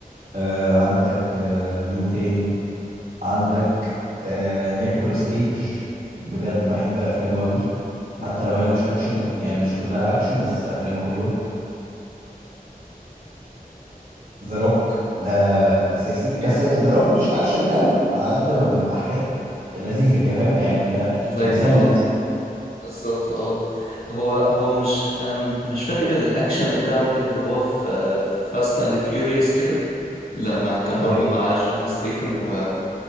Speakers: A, on the right; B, on the left.
A: آه عندك آه مين تاني عندك آه نيكولاس كيج بجد بحب أفلامه قوي حتى
B: جامد
A: لو هي مش أكشن يعني مش كلها أكشن بس أفلامه حلوة ذا روك ده أساسي
B: جامد
A: بس ذا روك مش أكشن قوي على قد ما بيبقى حاجات لذيذة كده فاهم يعني أنت
B: لايت
A: مسلي
B: اه
A: نفسك
B: بالظبط اه هو هو مش انا م- مش فاكر الاكشن بتاعه غير اللي هو في فاست اند فيوريوس كده لما كان
A: أيوه
B: برضو مع جون ستيثم و...